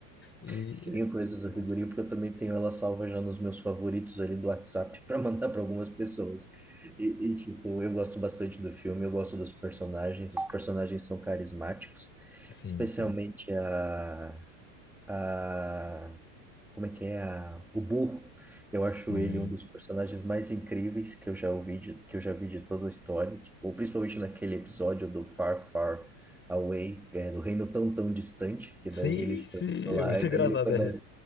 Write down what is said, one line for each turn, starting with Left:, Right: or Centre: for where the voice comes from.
Left: E,
Centre: Sim, eu conheço
Left: Muito
Centre: essa
Left: bom.
Centre: figurinha porque eu também tenho ela salva já nos meus favoritos ali do WhatsApp para mandar para algumas pessoas. E, e, tipo, eu gosto bastante do filme, eu gosto dos personagens, os personagens são carismáticos,
Left: sim,
Centre: especialmente
Left: sim,
Centre: a a, como é que é a, o Burro. Eu
Left: sim.
Centre: acho ele um dos personagens mais incríveis que eu já ouvi, de, que eu já vi de toda a história, tipo, principalmente naquele episódio do Far Far Away, é, do reino tão tão distante, e
Left: Sim,
Centre: daí eles
Left: sim,
Centre: estão lá,
Left: é muito
Centre: e
Left: <laughs> engraçado.
Centre: daí ele começa,
Left: É.